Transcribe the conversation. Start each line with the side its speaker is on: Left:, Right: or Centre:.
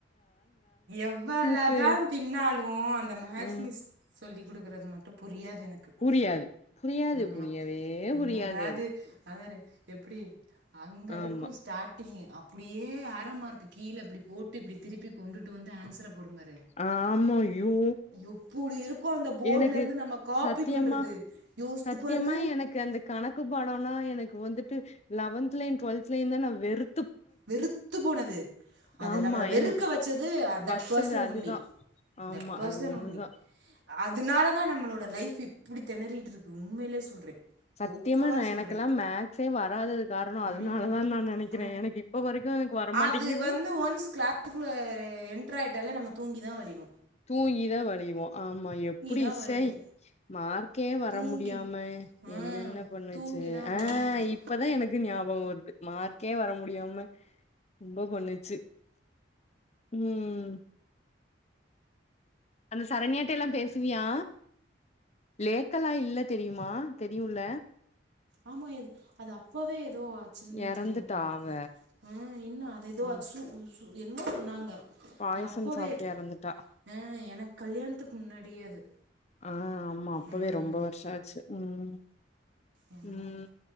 Right: எவ்வலதா
Left: மிஸ்ஸு
Right: தின்னாலு அந்த மேக்ஸ்
Left: ம்
Right: மிஸ் சொல்லி் குடுக்குறது மட்டு புரியாது எனக் கு
Left: புரியாது புரியாது
Right: ஆமா
Left: புரியவே
Right: என்னடா
Left: புரியாது அது
Right: இது அதாரே எப்டி அங்க இருக்கு
Left: ஆமா
Right: ஸ்டார்ட்டிங்கு அப்டியே ஆர மார்க்கு கீழ இப்டி போட்டு இப்டி திருப்பி கொண்டுட்டு வந்து ஆன்சர போடு பாரு
Left: ஆமா ஐயோ
Right: எப்புடி இருக்கு அந்த போர்ட்ல
Left: எனக்கு
Right: இருந்து நம்ம காப்பி
Left: சத்தியம்மா
Right: பண்றது யோசித்து
Left: சத்தியமா
Right: பாரு
Left: எனக்கு அந்த கணக்கு பாடோனா எனக்கு வந்துட்டு லவன்துலயு டுவல்துலயு தா நா வெறு
Right: வெறுத்து போனது அத
Left: ஆமா
Right: நம்மள வெறுக்க
Left: எனக்கு
Right: வெச்சது அ தட்
Left: வச்சது
Right: பர்சனல்
Left: அதுதா
Right: ஒன்லி
Left: ஆமா
Right: தட் பர்சன்
Left: அது ஒண்ணுதா
Right: ஒன்லி அதுனால தா நம்மளோட லைஃப் இப்டி தெணறிட்டு இருக்கு உண்மையிலே சொல்றே
Left: சத்தியமா
Right: ஓப்பனா
Left: நா
Right: சொல்றே
Left: எனக்கெல்லா மேக்ஸே வராதது காரணோ அதெனாலதா
Right: ம்
Left: நா நெனைக்கிறே
Right: ஆ
Left: எனக்கு இப்ப வரைக்கு எனக்கு வரமாட்டேங்குது
Right: அது வந்து ஒன்ஸ் கிளாஸ் உள்ள என்டர் ஆயிட்டாலே நம்ம தூங்கி தா வழிவோ
Left: தூங்கி தா வழிவோ ஆமா எப்டி
Right: தான் வலிவு
Left: ஷய் மார்க்கே வர
Right: தூங்கி
Left: முடியாம
Right: ஆ
Left: என்னென்ன பண்ணுச்சு
Right: தூங்கி தான்
Left: ஆ
Right: வலிவு
Left: இ இப்பதா எனக்கு ஞாபக வருது மார்க்கே வர முடியாம ரொம்ப பண்ணுச்சு ம் அந்த சரண்யாட்டெல்லா பேசுவியா லேக்கலா இல்ல தெரியுமா தெரியுல
Right: ஆமா எது அது அப்பவே ஏதோ ஆச்சுன்னு
Left: எறந்துட்டா
Right: தெரியு எனக்கு
Left: அவ
Right: அ இன்ன அத ஏதோ
Left: ம்
Right: அச்சு உசு என்ன சொன்னாங்க
Left: பாய்சன்
Right: அது அப்போவே
Left: சாப்ட்டு எறந்துட்டா
Right: ஆ எனக்கு கல்யாணத்துக்கு முன்னாடியே அது
Left: ஆ ஆமா அப்பவே
Right: ம்
Left: ரொம்ப வருஷோ ஆச்சு ம்
Right: என்னம்மோ
Left: ம்